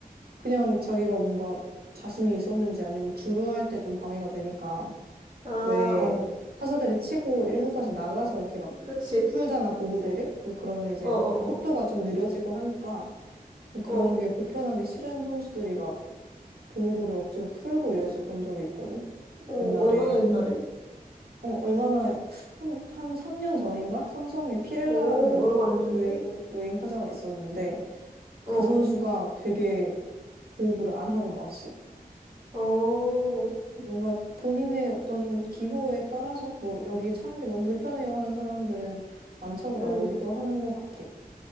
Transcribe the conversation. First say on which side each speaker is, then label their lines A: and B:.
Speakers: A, on the right; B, on the right.
A: 그냥 자기가 뭔가 자신이 있었는지 아니면 주루할 때 좀 방해가 되니까,
B: 아,
A: 왜
B: 어,
A: 타자들이 치고 일루까지 나가서 이렇게 막
B: 그치.
A: 풀잖아, 보호대를? 그러면 이제
B: 어, 어,
A: 속도가
B: 어,
A: 좀 느려지고 하니까, 뭐 그런
B: 어.
A: 게 불편한 게 싫은 선수들이 막 보호구를 억지로 풀고 이랬었던 적이 있거든.
B: 어,
A: 옛날에
B: 얼마나 옛날에?
A: 어, 얼마나 한, 한 3년 전인가? 삼성에 피렐라라는
B: 어, 얼마 안 됐네.
A: 외인 외인 타자가 있었는데
B: 어,
A: 그 선수가 되게 보호구를 안 하고 나왔어.
B: 어,
A: 뭔가 본인의 어떤 기호에 따라서 뭐 여기 차는 게 너무 불편해요 하는 사람들은 안 차고
B: 응,
A: 나오기도 하는 것 같아.